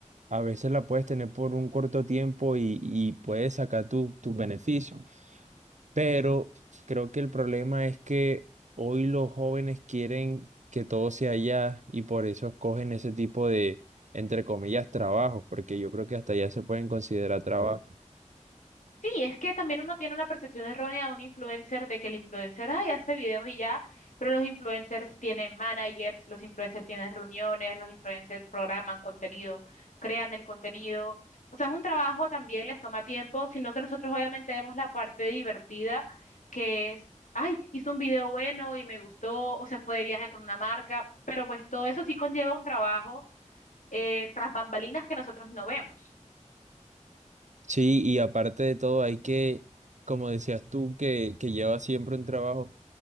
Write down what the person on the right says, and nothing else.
a veces la puedes tener por un corto tiempo y, y puedes sacar tu- tus beneficios. Pero creo que el problema es que hoy los jóvenes quieren que todo sea allá y por eso escogen ese tipo de, entre comillas, trabajos, porque yo creo que hasta allá se pueden considerar trabajo.
Sí, y aparte de todo, hay que, como decías tú, que, que llevas siempre un trabajo,